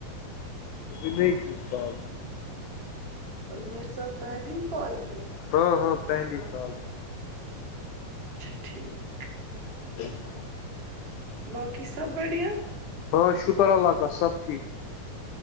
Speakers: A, on the left; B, on the right.
A: ابھی نہیں کی تھا
B: ابھی میرے ساتھ پہلے ہی کال کی
A: ہاں ہاں پہلی سال
B: اچھا ٹھیک
A: جی <inaudible>
B: باقی سب بڑھیا
A: ہاں شکر اللہ کا سب ٹھیکیک